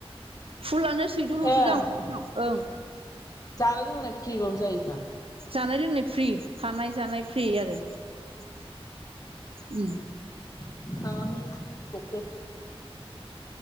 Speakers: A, on the right; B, on the left.
A: फुलानो सैदल'सो
B: ए
A: जां फसां ओं
B: जानो लोंनाय फ्रिबाबो जायोब्रा
A: <inaudible> बुंथिगिरिफोरनि जेबो खोनानो मोननाय जायाखै उओ
B: <inaudible> बुंथिगिरिनि जेबो खोनानो मोननाय जायाखै